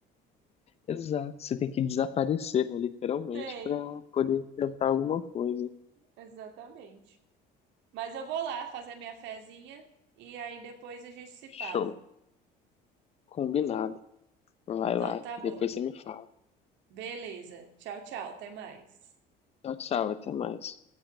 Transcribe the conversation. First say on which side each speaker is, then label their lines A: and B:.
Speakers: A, on the left; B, on the right.
A: Exato, você tem que desaparecer, né, literalmente,
B: Tem,
A: para poder tentar alguma coisa.
B: exatamente. Mas eu vou lá fazer minha fezinha e aí depois a gente se
A: Show,
B: fala.
A: combinado. Vai
B: Então
A: lá,
B: tá
A: depois
B: bom.
A: você me fala.
B: Beleza. Tchau, tchau. Até mais.
A: Tchau, tchau, até mais.